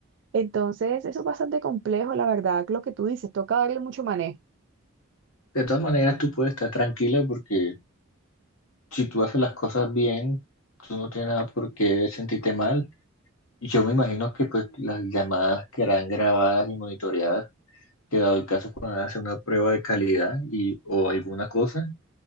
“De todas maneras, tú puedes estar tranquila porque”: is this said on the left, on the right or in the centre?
Left